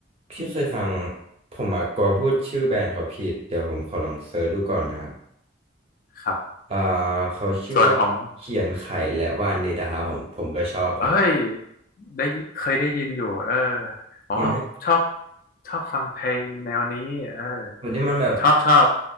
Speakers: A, on the right (about 30°); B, on the left (about 45°).
A: พี่เคยฟังผมมากลัวพูดชื่อแบรนด์เขาผิดเดี๋ยวผมขอลองเซิร์ชดูก่อนนะครับ
B: ครับ
A: อ่าเขาชื่อว่าเขียนไข่และวานิดาครับผมผมก็ชอบครับ
B: ส่วนของเอ้ยได้ยิเคยได้ยินอยู่เอออ๋อชอบ
A: มันให้
B: ชอบฟังเพลงแนวนี้เออ
A: แบบที่มันแบบ
B: ชอบชอบ